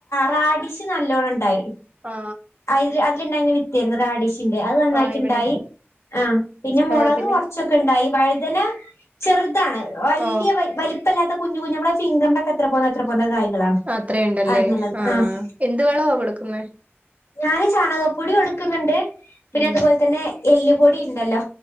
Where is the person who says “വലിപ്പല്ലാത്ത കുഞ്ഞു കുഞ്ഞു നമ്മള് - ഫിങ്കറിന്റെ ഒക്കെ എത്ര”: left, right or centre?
Left